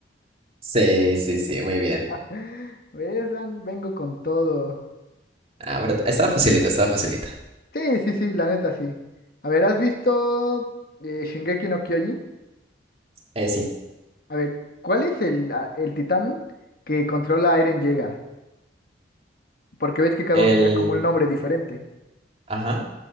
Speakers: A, on the right; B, on the left.
A: Sí, sí, sí, muy bien.
B: <laughs> ¿Ves? An- Vengo con todo.
A: Ah, pero t- estaba facilita, estaba facilita.
B: Sí, sí, sí, la neta sí. A ver, ¿has visto eh, Shingeki no Kyoji?
A: Eh, sí,
B: A ver, ¿cuál es el, a- el titán que controla a Eren Yeager? Porque ves que cada
A: el
B: uno tenía como un nombre diferente.
A: Ajá.